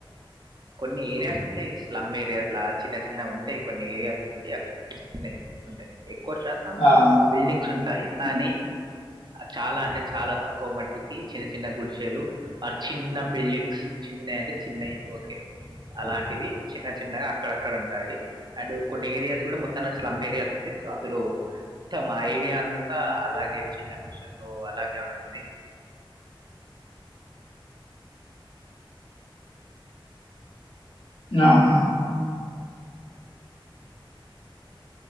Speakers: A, on the right; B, on the left.
A: కొన్ని ఏరియాస్ ఉంటాయి. స్లమ్ ఏరియాస్ లా చిన్న చిన్న ఉం ఉంటాయి కొన్ని ఏరియాస్ కి అట్ <unintelligible> వున్నాయ్ ఉంటాయి ఏ ఎక్కువ శాతం
B: ఆ
A: బిల్డింగ్స్ ఉంటాయి. కానీ
B: హ్మ్.
A: చాలా అంటే చాలా తక్కువ మట్టుకి చిన్న చిన్న గుడిసెలు ఆర్ చిన్న బిల్డింగ్స్ చిన్నయి అంటే చిన్నయి ఓకే అలాంటివి చిన్న చిన్నగా అక్కడక్కడ ఉంటాయి. అండ్ కొన్ని ఏరియాస్ కూడా మొత్తాన్ని స్లమ్ ఏరియాస్ ఉంటాయి. సో అందులో మొత్తం ఆ ఏరియా అంతా అలాగే చిన్న గుడిషతో అలాగే ఉంటుంది.
B: <unintelligible>